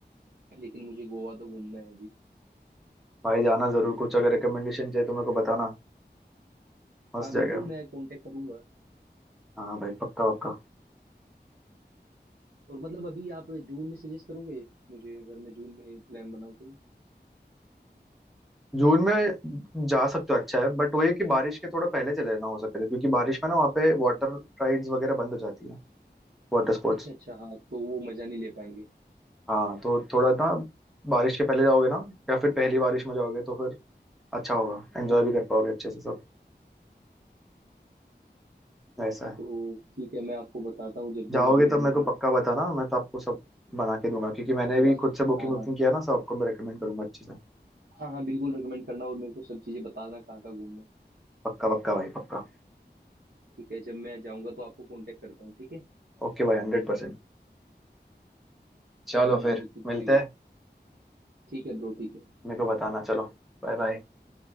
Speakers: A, on the right (about 70°); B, in the centre.
A: लेकिन मुझे गोवा तो घूमना है अभी
B: भाई जाना जरूर कुछ अगर रिकमेंडेशन चाहिए तो मेरे को बताना मस्त
A: हाँ
B: जगह
A: बिल्कुल
B: हो
A: मैं कांटेक्ट करूंगा
B: हाँ भाई पक्का पक्का
A: और मतलब अभी आप जून में सजेस्ट करोगे मुझे अगर मैं जून में प्लान बनाऊँ कोई
B: जून में जा सकते हो अच्छा है बट वही है कि बारिश के थोड़ा पहले चले जाना हो सके तो, क्योंकि बारिश में ना वहाँ पे वाटर राइड्स वगैरह बंद हो जाती है वाटर स्पोर्ट्स
A: अच्छा अच्छा हाँ तो वो मजा नहीं ले पाएंगे
B: हाँ तो थोड़ा ना बारिश के पहले जाओगे ना या फिर पहली बारिश में जाओगे तो फिर अच्छा होगा एंजॉय
A: हाँ
B: भी कर पाओगे अच्छे से सब ऐसा है
A: तो ठीक है मैं आपको बताता हूँ जब भी
B: जाओगे
A: मतलब
B: तब मेरे
A: मेरा
B: को पक्का बताना मैं तो आपको सब बना के दूंगा क्योंकि मैंने
A: थोड़ा
B: भी खुद से बुकिंग
A: हाँ
B: वुकिंग
A: हाँ
B: किया ना सबको मैं रिकमेंड करूंगा अच्छे से
A: हाँ हाँ बिल्कुल रिकमेंड करना और मेरे को सब चीजें बताना कहाँ कहाँ घूमना है
B: पक्का पक्का भाई पक्का
A: ठीक है जब मैं जाऊँगा तो आपको कांटेक्ट करता हूँ ठीक है
B: ओके भाई हंड्रेड परसेंट चलो
A: चलो
B: फिर
A: अभी कुछ
B: मिलते हैं
A: ठीक है ब्रो ठीक है
B: मेरे को बताना चलो बाय बाय